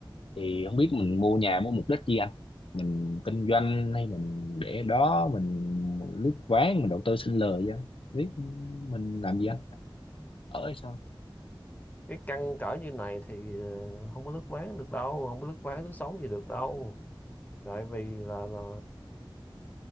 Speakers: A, on the left; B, on the left.
A: thì không biết mình mua nhà mua mục đích gì anh mình kinh doanh hay mình để đó mình lướt ván mình đầu tư sinh lời vậy không biết mình làm gì anh ở hay sao
B: cái căng cỡ như này thì ờ, không có lướt ván được đâu không có lướt ván lướt sóng gì được đâu tại vì là, là